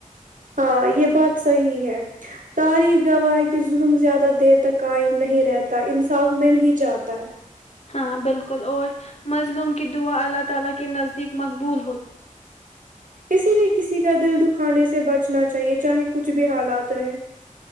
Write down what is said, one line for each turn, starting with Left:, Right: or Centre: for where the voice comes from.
Right: ہاں یہ بات صحیح ہے تاری گواہ کے ظلم زیادہ دیر تک قائم نہیں رہتا انصاف مل ہی جاتا ہے
Left: ہاں بالکل اور مظلوم کی دعا اللہ تعالی کے نزدیک مقبول
Right: اسی لیے کسی کا دل دکھانے سے بچنا چاہیے چاہے کچھ بھی حالات رہے